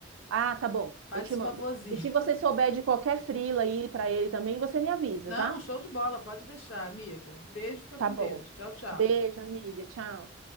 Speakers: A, on the right (about 80°); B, on the left (about 80°).
A: Ah, tá bom.
B: Faz
A: Eu te
B: esse
A: mando.
B: favorzinho.
A: E se você souber de qualquer frila aí para ele também, você me avisa,
B: Não,
A: tá?
B: show de bola, pode deixar, amiga. Beijo, fica
A: Tá
B: com
A: bom.
B: Deus. Tchau, tchau.
A: Beijo, amiga. Tchau.